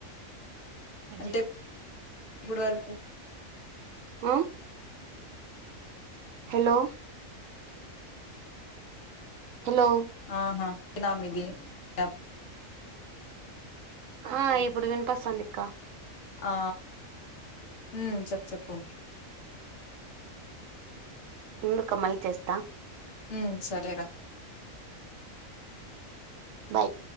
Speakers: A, on the right; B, on the left.
A: ఆ
B: అంటే ఇప్పుడు వరకు
A: ఆ హలో హలో
B: ఆహా నా మీది అప్
A: ఆ ఇప్పుడు వినపస్థాంధీ క
B: ఆ హమ్ చెప్ చెప్పు
A: ఉండుక మల్లిచేస్
B: హమ్ సరేర
A: బాయ్